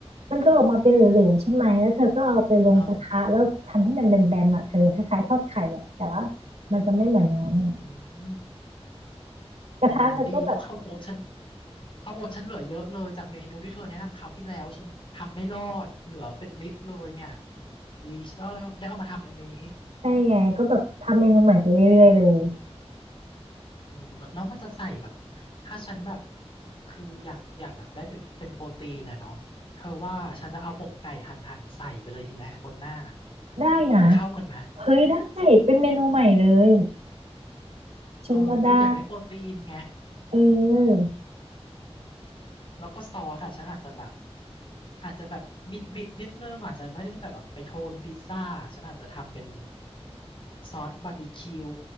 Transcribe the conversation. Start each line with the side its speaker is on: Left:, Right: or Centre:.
Right: มันก็ออกมาเป็นเหลวๆใช่ไหม แล้วเธอก็เอาไปลงกระทะแล้วทำให้มันเป็นแบนๆอ่ะเธอคล้ายๆทอดไข่อ่ะแต่ว่า
Left: เออ
Right: มันจะไม่เหมือนอย่างนั้นไง
Left: อืมอืม
Right: กระทะเธอก็แบบ
Left: โอ้ดีเพราะข้าวโอ๊ตฉันข้าวโอ๊ตฉันเหลือเยอะเลยจากเมนูที่เธอแนะนำคราวที่แล้วฉันทำไม่รอดเหลือเป็นลิตรเลยเนี่ยดีฉันแล้วได้เอามาทำอันนี้
Right: ได้ไงก็แบบทำเมนูใหม่ไปเรื่อยๆเลย
Left: โอ้แล้วแล้วมันจะใส่แบบถ้าฉันแบบคืออยากอยากแบบได้ไปเป็นโปรตีนอะเนาะเธอว่าฉันจะเอาอกไก่หั่นหั่นใส่ไปเลยดีไหมบนหน้า
Right: ได้นะ
Left: มันเข้ากันไหม
Right: เฮ้ยได้เป็นเมนูใหม่เลยฉันว่าได้
Left: เออคืออยากได้โปรตีนไง
Right: เออ
Left: อืม แล้วก็ซอสอ่ะฉันอาจจะแบบอาจจะแบบบิดบิดนิดนึงอาจจะไม่ได้แบบแบบไปโทนพิซซ่าฉันอาจจะทำเป็นซอสบาร์บีคิว